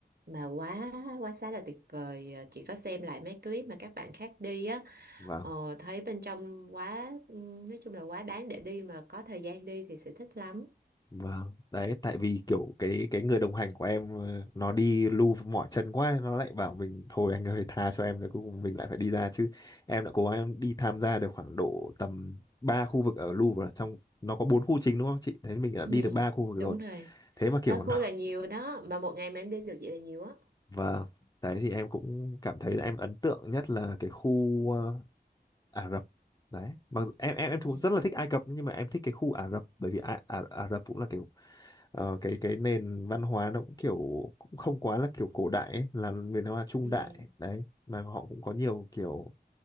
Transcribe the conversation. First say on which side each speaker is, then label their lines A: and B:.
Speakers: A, on the right (about 65°); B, on the left (about 25°).
A: mà quá quá xá là tuyệt vời à, chị có xem lại mấy clip mà các bạn khác đi á
B: và
A: ờ, thấy bên trong quá ừm, nói chung là quá đáng để đi mà có thời gian đi thì sẽ thích lắm
B: Vâng, đấy tại vì kiểu cái cái người đồng hành của em ờ, nó đi lu mỏi chân quá nó lại bảo mình thôi anh ơi tha cho em rồi cuối cùng mình lại phải đi ra chứ em đã cố gắng đi tham gia được khoảng độ tầm 3 khu vực ở Louvre rồi. trong nó có bốn khu chính đúng không chị thế mình đã
A: ừ,
B: đi được ba khu vực
A: đúng
B: rồi
A: rồi
B: thế mà kiểu
A: ba
B: nó
A: khu là nhiều đó mà một ngày mà em đi được vậy là nhiều á
B: <laughs> và đấy thì em cũng cảm thấy là em ấn tượng nhất là cái khu ờ, Ả Rập đấy mà em em em cũng
A: ừ,
B: rất là thích Ai Cập nhưng mà em thích cái khu Ả Rập bởi vì Ả, Ả, Ả Rập cũng là cái ờ, cái cái nền văn hóa nó cũng kiểu cũng không quá là kiểu cổ đại ấy, là nền văn hóa trung
A: ừ.
B: đại đấy mà họ cũng có nhiều kiểu